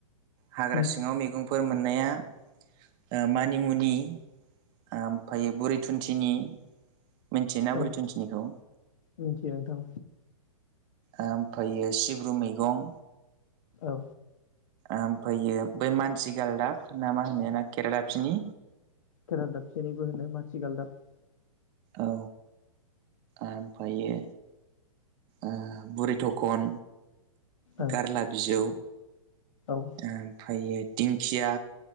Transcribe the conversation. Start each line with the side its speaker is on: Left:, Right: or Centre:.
Right: हाग्रा
Left: उम
Right: सिङाव मैगंफोर मोननाया ओ मानिमुनि ओमफायो बुरि थुुनथिनि मिन्थियो ना
Left: औ
Right: बुरै थुनथिनिखौ?
Left: मिथियो नोंथां
Right: ओमफायो सिब्रु मैगं
Left: औ।
Right: ओमफायो बै मानसि गालदाब ना मा होनो ना खेरादाफिनि
Left: खेरादाफिनिबो होनो माथिगालदाब
Right: औ ओमफायो ओ बुरै थखन,
Left: ओ
Right: गारला बिजौ
Left: औ
Right: ओमफायो दिंखिया